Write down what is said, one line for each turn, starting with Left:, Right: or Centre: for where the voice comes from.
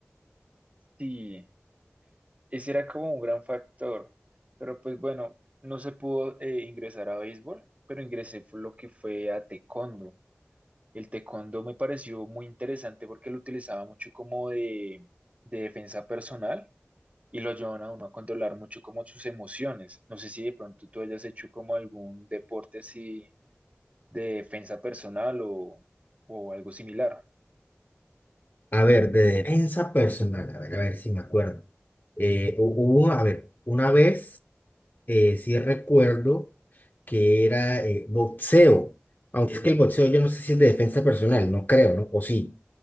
Right: sí. Ese era como un gran factor, pero pues bueno, no se pudo eh, ingresar a béisbol, pero ingresé fue lo que fue a taekwondo. El taekwondo me pareció muy interesante porque lo utilizaba mucho como de, de defensa personal y lo ayudaban a uno a controlar mucho como sus emociones. No sé si de pronto tú hayas hecho como algún deporte así de defensa personal o, o algo similar.
Left: A ver, de defensa personal, a ver, a ver si me acuerdo. Eh, hu- hubo, a ver, una vez eh, sí recuerdo que era eh, boxeo, aunque es que el boxeo yo no sé si es de defensa personal, no creo, ¿no? O sí,